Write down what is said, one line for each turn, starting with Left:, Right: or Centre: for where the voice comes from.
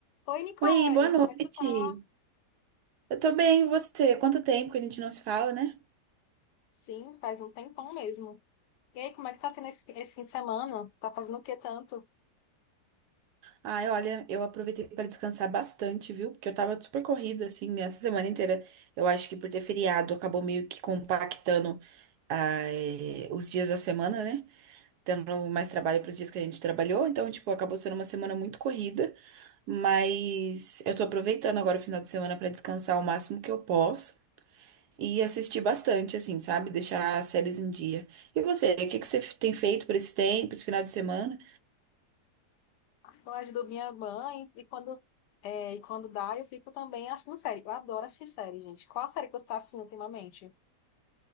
Left: Oi, Nicole,
Right: Oi, boa noite.
Left: como é que tu tá?
Right: Eu tô bem, e você? Quanto tempo que a gente não se fala, né?
Left: Sim, faz um tempão mesmo. E aí, como é que tá tendo esse, esse fim de semana? Tá fazendo o que tanto?
Right: Ai, olha, eu aproveitei para descansar bastante, viu? Porque eu tava super corrida, assim, essa semana inteira. Eu acho que por ter feriado, acabou meio que compactando, ah, eh, os dias da semana, né? Tendo mais trabalho para os dias que a gente trabalhou. Então, tipo, acabou sendo uma semana muito corrida. Mas eu tô aproveitando agora o final de semana para descansar o máximo que eu posso. E assistir bastante, assim, sabe? Deixar as séries em dia. E você, o que que você f- tem feito por esse tempo, esse final de semana?
Left: Eu ajudo minha mãe e quando, é, e quando dá, eu fico também assistindo série. Eu adoro assistir série, gente. Qual a série que você tá assistindo ultimamente?